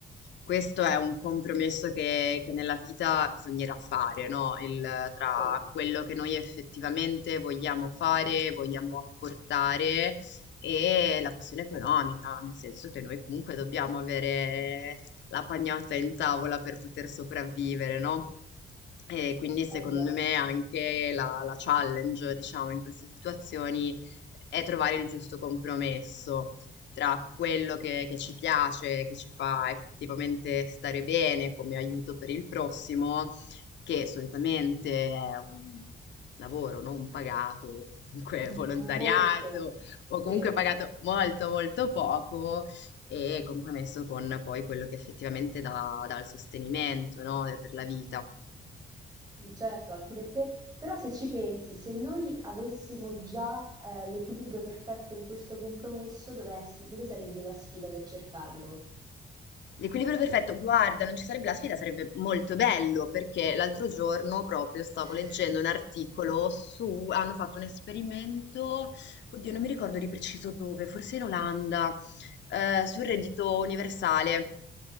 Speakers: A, on the left (about 80°); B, on the right (about 20°).
A: questo è un compromesso che, che nella vita bisognerà fare, no? Il- tra
B: Sì,
A: quello che noi effettivamente vogliamo fare, vogliamo apportare e la questione economica, nel senso che noi comunque dobbiamo avere la pagnotta in tavola per poter sopravvivere, no? E quindi
B: è
A: secondo
B: già
A: me anche la, la challenge, diciamo, in queste situazioni è trovare il giusto compromesso tra quello che che ci piace, che ci fa effettivamente stare bene come aiuto per il prossimo, che solitamente è un lavoro non pagato, o comunque
B: <laughs>
A: <laughs> volontariato,
B: molto,
A: o
B: sì.
A: comunque pagato molto, molto poco, e il compromesso con poi quello che effettivamente dà dà il sostenimento, no, per la vita.
B: Certo, anche perché, però se ci pensi, se noi avessimo già eh, l'equilibrio perfetto in questo compromesso, dove, ess- dove sarebbe la sfida del cercarlo?
A: L'equilibrio perfetto, guarda, non ci sarebbe la sfida, sarebbe molto bello perché l'altro giorno proprio stavo
B: <laughs>
A: leggendo un articolo su, hanno fatto un esperimento, oddio, non mi ricordo di preciso dove, forse in Olanda, eh, sul
B: Mm,
A: reddito universale,